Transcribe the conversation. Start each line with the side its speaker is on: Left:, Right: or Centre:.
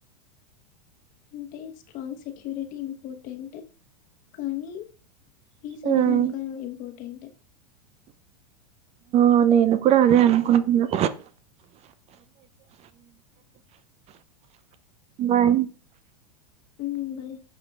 Left: అంటే స్ట్రాంగ్ సెక్యూరిటీ ఇంపార్టెంట్ కానీ పీస్ అనేది
Right: ఉమ్,
Left: ఇంకా ఇంపార్టెంట్
Right: ఆ నేను కూడా అదే అనుకుంటున్నా ఊ బాయ్
Left: ఊ బాయ్